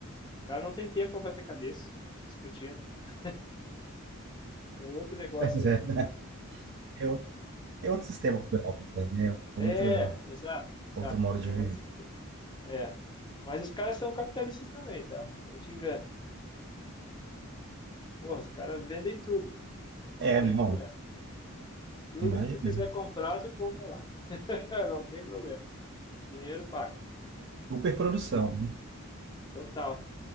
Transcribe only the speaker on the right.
Pois
é, né? é outro, é outro sistema cultural também, né?
É Outro,
outro modo de
viver.
É,
não,
imagina.
Super produção.